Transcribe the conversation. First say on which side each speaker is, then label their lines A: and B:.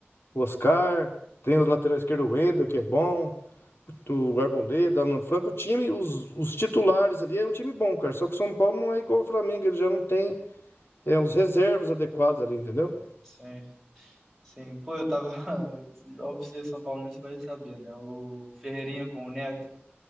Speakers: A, on the left; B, in the centre.
A: o Oscar, tem o lateral esquerdo, o Wendel, que é bom. do Arboleda, Alan Franco, o time, os, os titulares ali é um time bom, cara. Só que o São Paulo não é igual ao Flamengo, ele já não tem é, os reservas adequados ali, entendeu?
B: sim, sim. Pô, eu tava. <laughs> Óbvio, você é São Paulo, você vai saber, né? O Ferreirinha com o Neto.